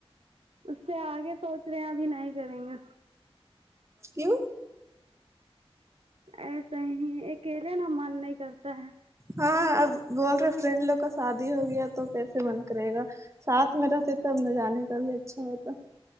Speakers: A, on the right; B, on the right.
A: اس سے آگے سوچ رہے ہیں ابھی نہیں کریں گے
B: کیوں
A: ایسے ہی اکیلے نا من نہیں کرتا ہے
B: ہاں اب بول رہے فرینڈ لوگ کا شادی ہو گیا تو کیسے من کرے گا ساتھ میں رہتے تب نہ جانے کا بھی اچھا ہوتا